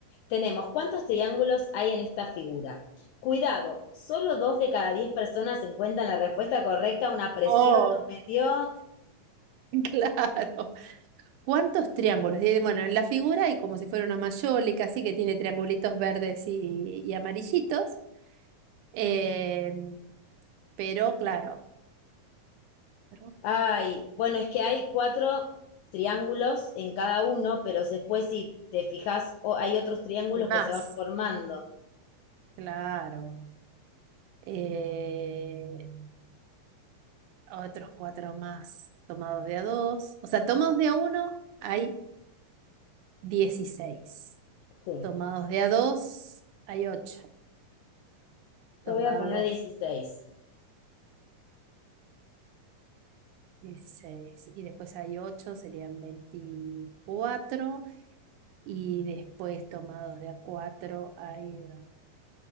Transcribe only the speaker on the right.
Oh,
<laughs> Claro. ¿Cuántos triángulos? Tiene- Bueno, en la figura hay como si fuera una mayólica, así que tiene triangulitos verdes y, y amarillitos. Eh, pero claro, pero
hay
más.
Claro. Eh, Otros cuatro más tomados de a dos. O sea, tomados de a uno hay 16,
Tomados de a dos hay 8,
Tomados
16 Y después hay ocho serían veinticuatro Y después tomados de a 4 hay, do-